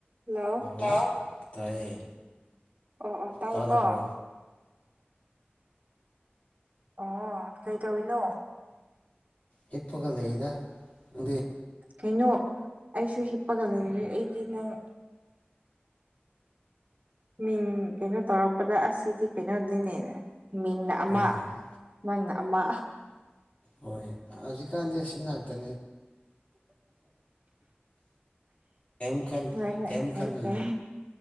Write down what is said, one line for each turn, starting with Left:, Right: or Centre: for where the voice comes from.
Right: ꯍꯜꯂꯣ
Left: ꯍꯥꯎ ꯇꯥꯏꯌꯦ
Right: ꯑꯣ ꯑꯣ ꯇꯥꯏꯀꯣ
Left: ꯇꯥꯗꯕ꯭ꯔꯣ
Right: ꯑꯣ ꯀꯩꯇꯧꯔꯤꯅꯣ
Left: ꯍꯤꯞꯄꯒ ꯂꯩꯌꯦꯗ ꯅꯪꯗꯤ
Right: ꯀꯩꯅꯣ ꯑꯩꯁꯨ ꯍꯤꯞꯄꯒ ꯂꯩꯔꯦ ꯑꯩꯗꯤ ꯅꯪ ꯃꯤꯡ ꯀꯩꯅꯣ ꯇꯧꯔꯛꯄꯗ ꯑꯁꯤꯗꯤ ꯀꯩꯅꯣꯅꯤꯅꯦ ꯃꯤꯡꯅ ꯑꯃ
Left: ꯑꯥ
Right: ꯅꯪꯅ ꯑꯃ
Left: ꯍꯣꯏ ꯍꯧꯖꯤꯛꯀꯥꯟꯗꯤ ꯑꯁꯤ ꯉꯥꯛꯇꯅꯦ ꯀꯩꯝ ꯈꯜ
Right: ꯍꯣꯏ ꯍꯣꯏ
Left: ꯀꯩꯝ
Right: ꯐꯩ
Left: ꯈꯜꯂꯨꯅꯨ
Right: ꯐꯩ